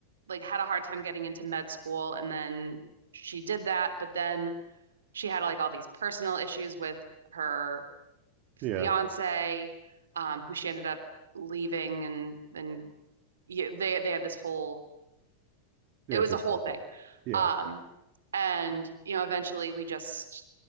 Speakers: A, on the right; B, on the right.
A: like had a hard time getting into med school and then she did that, but then she had like all these personal issues with her fiance,
B: Yeah.
A: um, who she ended up leaving and then yeah, they they had this whole
B: Yeah.
A: it was
B: This
A: a whole
B: whole
A: thing.
B: thing. Yeah.
A: Um, and you know, eventually we just